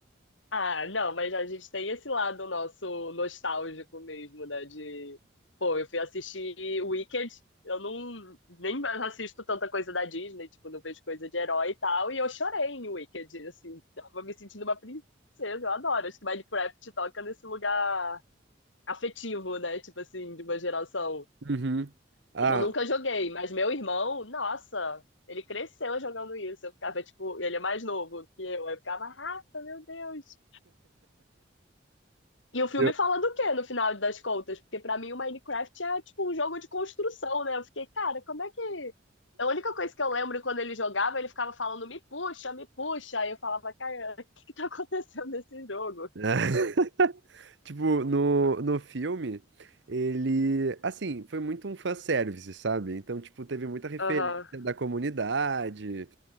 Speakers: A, on the left; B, on the right.
A: Ah, não, mas a gente tem esse lado nosso nostálgico mesmo, né? De, pô, eu fui assistir Wicked, eu não nem mais assisto tanta coisa da Disney, tipo, não vejo coisa de herói e tal, e eu chorei em Wicked, assim, tava me sentindo uma princesa, eu adoro. Acho que Minecraft toca nesse lugar afetivo, né? Tipo assim, de uma geração.
B: Uhum. Ah,
A: Eu nunca joguei, mas meu irmão, nossa, ele cresceu jogando isso. Eu ficava, tipo, ele é mais novo que eu, eu ficava, Rafa, meu Deus. E o filme
B: eu.
A: fala do quê no final das contas? Porque pra mim o Minecraft é tipo um jogo de construção, né? Eu fiquei, cara, como é que. A única coisa que eu lembro quando ele jogava, ele ficava falando me puxa, me puxa. Aí eu falava, cara, <laughs> o que que tá acontecendo nesse jogo?
B: <laughs> Tipo, no, no filme, ele, assim, foi muito um fanservice, sabe? Então, tipo, teve muita referência
A: Aham,
B: da comunidade,